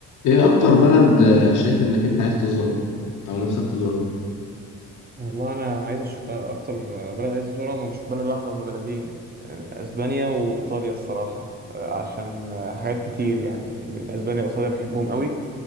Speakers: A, on the left; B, on the right.
A: ايه اكتر بلد آه، شايف انك انت عايز تزورها او نفسك تزورها
B: والله انا عايز أش... اكتر بلد عايز ازورها هم مش بلد واحده هم بلدين آه، اسبانيا وايطاليا الصراحه آه، عشان حاجات كتير يعني من اسبانيا وايطاليا بحبهم قوي